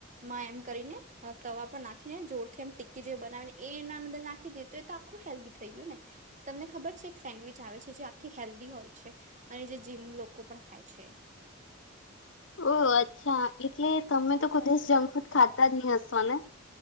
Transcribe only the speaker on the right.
માં એમ કરીને તવા પણ નાખીને જોરથી એમ ટીકી જેવુ બનાવીને એના અંદર નાખી દઇ તે તો આખું હેલ્ધી થઈ ગયું ને તમને ખબર છે એક સેન્ડવીચ આવે છે જે આખી હેલ્ધી હોય છે અને જે જીમ લોકો પણ ખાય છે.